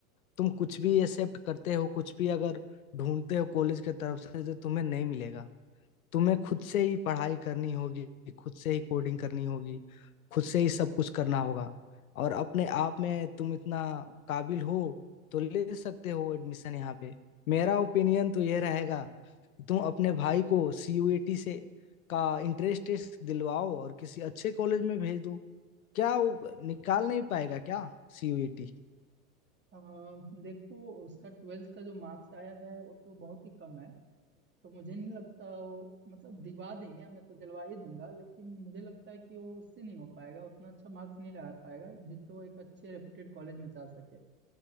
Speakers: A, on the left; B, on the right.
A: तुम कुछ भी एक्सेप्ट करते हो कुछ भी अगर ढूंढते हो कॉलेज के तरफ से जो तुम्हें नहीं मिलेगा तुम्हें खुद से ही पढ़ाई करनी होगी खुद से ही कोडिंग करनी होगी खुद से ही सब कुछ करना होगा और अपने आप में तुम इतना काबिल हो तो ले सकते हो एडमिशन यहाँ पे मेरा ओपिनियन तो यह रहेगा कि तुम अपने भाई को सीयूईटी से का इंट्रेंस टेस्ट दिलवाओ और किसी अच्छे कॉलेज में भेज दो क्या वो निकाल नहीं पाएगा क्या सीयूईटी
B: अम, देखो उसका ट्वेल्थ का जो मार्क्स आया है वो तो बहुत ही कम है तो मुझे नहीं लगता वो मतलब दिवा देंगे मैं तो दिलवा ही दूंगा लेकिन मुझे लगता है कि वो उससे नहीं हो पाएगा उतना अच्छा मार्क्स नहीं लगा पाएगा जिससे वो एक अच्छे रेपुटेड कॉलेज में जा सके